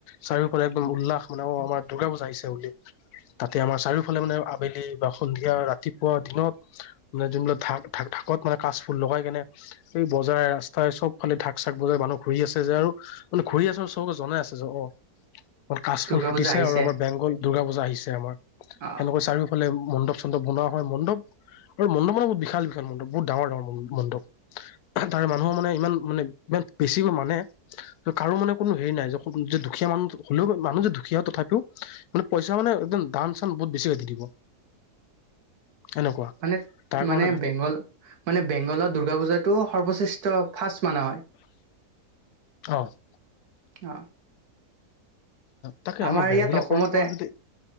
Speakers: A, on the left; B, on the right.
A: চাৰিও একদম উল্লাহ মানে অ অমাৰ দুূৰ্গা পূজা আহিছে বুলি তাতে আমাৰ চাৰিওফালে মানে আবেলি বা সন্ধিয়া ৰাতি- পোৱা দিনত মানে যোনবিলাক ঢাক ঢাকত মানে কাচফুল লগাই কেনে এই বজাৰ ৰাস্তাই চব ফালে ঢাক চাক বজাৰ মানুহ ঘূৰি আছে যে আৰু মানে ঘূৰি আছে আৰু চবকে জনাই আছে যে অ কাচফুল
B: দুৰ্গা
A: ফুটিছে
B: পূজা আহিছে
A: আৰু আমাৰ বেংগল দুৰ্গা পূজা আহিছে আমাৰ
B: অ
A: সেনেকৈ চাৰিওফালে মণ্ডপ চণ্ডপ বনাউ হয় মণ্ডপ আৰু মণ্ডপ মানে বহুত বিশাল বিশাল মণ্প বহুত ডাঙৰ ডাঙৰ মণ্ডপ তাৰে মানুহৰ মানে ইমান মানে ইমান বেছিকৈ মানে কাৰো মানে কোনো হেৰি নাই যে দুখীয়া মানুহ হলেও মানুহ যে দুখীয়া হয়। তথাপিও মানে পইচা মানে একদম দান চান বহুত বেছিকে দি দিব। এনেকুৱা
B: মানে,
A: তাৰ কাৰণে
B: মানে, বেংগল মানে বেংগলত দুৰ্গা পূজাত সেইটো সৰ্বশ্ৰেষ্ঠ ফাষ্ট মানা হয়।
A: অঁ', ।
B: আহঁ',
A: তাকে
B: আমাৰ
A: বেংগলী
B: ইয়াত অসমতে,
A: পৰম্পৰা যদি